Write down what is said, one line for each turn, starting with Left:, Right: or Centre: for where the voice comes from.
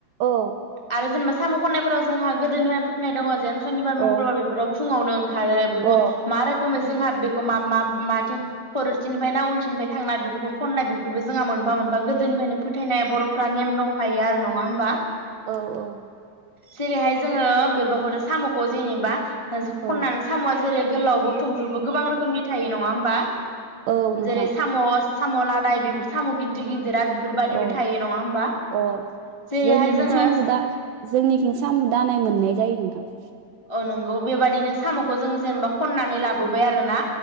Right: औ
Left: आरो जेनबा साम खननायफोराव जोंहा गोदोनि होननाय दङ जेन सनिबार मंगलबार
Right: औ
Left: बेफोराव फुङावनो ओंखारो बेखौ
Right: अ औ
Left: मा रोखोमै जोंहा बेखौ मा मा माथिं खर थिनिफ्राय ना उनथिनिफ्राय थांनाय बेफोरखौ खननाय बेफोरबो जोंहा मोनफा मोनफा गोदोनिफ्रायनो फोथायनाय बरफ्रा नेम दंखायो आरो नङा होमबा?
Right: औ औ
Left: जेरैहाय जोङो बेबा <unintelligible> साम खौ जेने बा <unintelligible> खनना
Right: औ
Left: साम आ जेरै गोलावबो थुमफ्रुब गोबां रोखोमनि थायो। नङा होमबा
Right: औ नोंथां
Left: जेरै सामस साम लादाय बेफोर साम गिदिर गिदिरा बेफोरबायदिबो
Right: औ
Left: थायो नङा होमबा
Right: अ
Left: जेरैहाय
Right: जोंनिखि
Left: जोङो
Right: साम दा जोंनिखि साम दानाय मोननाय जायोमोन। <inaudible>
Left: अ नंगौ बेबायदिनो सामखौ जोंङो जेनबा खननानै लाबो बाय आरोना